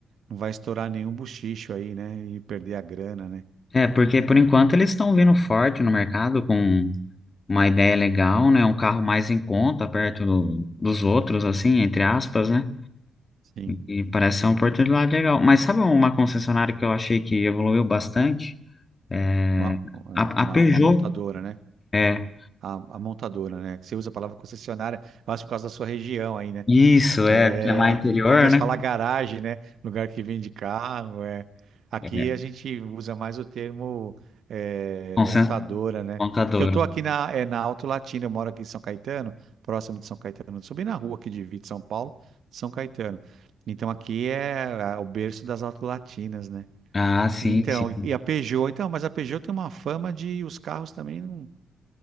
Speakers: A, on the right; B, on the left.
A: não vai estourar nenhum bochicho aí, né, e perder a grana, né?
B: É, porque por enquanto eles estão vindo forte no mercado com uma ideia legal, né? Um carro mais em conta, perto do- dos outros, assim, entre aspas, né?
A: Sim,
B: E parece ser uma oportunidade legal. Mas sabe um, uma concessionária que eu achei que evoluiu bastante? É,
A: uma,
B: a,
A: uma,
B: a Peugeot.
A: uma montadora, né?
B: É,
A: A, a montadora, né? Você usa a palavra concessionária, eu acho por causa da sua região aí, né?
B: isso, é,
A: É,
B: que é mais interior,
A: em Minas
B: né?
A: fala garagem, né? Lugar que vende carro, é. Aqui
B: É,
A: a gente usa mais o termo é,
B: concess-
A: montadora, né?
B: montadora.
A: Porque eu tô aqui na, é, na Alto Latino, eu moro aqui em São Caetano, próximo de São Caetano, eu subi na rua aqui de Vito, São Paulo, de São Caetano. Então aqui é, é o berço das Alto Latinas, né?
B: Ah, sim,
A: Então,
B: sim.
A: e a Peugeot, então, mas a Peugeot tem uma fama de os carros também não.